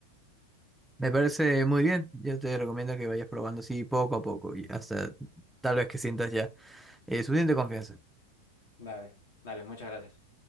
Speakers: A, in the centre; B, on the left.
A: Me parece muy bien. Yo te recomiendo que vayas probando así poco a poco y hasta tal vez que sientas ya eh, suficiente confianza.
B: Dale, dale, muchas gracias.